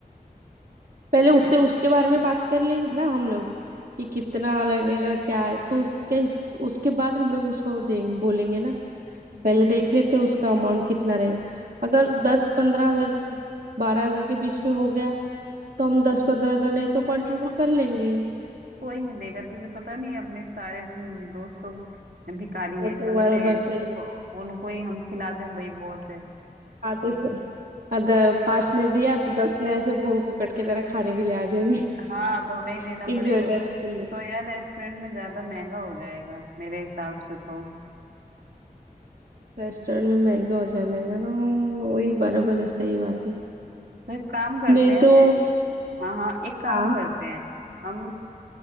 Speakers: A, on the right; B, on the right.
A: पहले उससे
B: बजट
A: उसके
B: तो
A: बारे में बात कर लेंगे ना हम लोग कि कितना लगेगा क्या है तो उसके इस, उसके बाद हम लोग उसको देंगे बोलेंगे ना पहले देख लेते हैं उसका अमाउंट कितना रहेगा अगर दस पंद्रह हजार बारह हजार के बीच में हो गया तो हम दस पंद्रह जने तो कंट्रीब्यूट कर लेंगे
B: कोई नहीं देगा तुझे पता नहीं अपने सारे हम्म, दोस्त तो भिखारी
A: वो
B: हैं
A: तो
B: कंगले
A: बराबर
B: हैं तो
A: से
B: उनको ही हम खिला दें भाई बहुत है
A: आधे से आधा पांच ने दिया तो दस ने ऐसे भो फुकट के तरह खाने के लिए आ जाएंगे
B: हाँ तो हमें ही
A: <laughs>
B: देना पड़ेगा
A: इंजॉय करने
B: तो
A: के लिए
B: तो यार रेस्टोरेंट में ज्यादा महंगा हो जाएगा मेरे हिसाब से तो
A: रेस्टोरेंट में महंगा हो जाएगा ना हम- वही बराबर है सही बात है
B: तो एक काम करते
A: नहीं
B: हैं
A: तो
B: ना हाँ हाँ एक काम
A: हाँ
B: करते हैं हम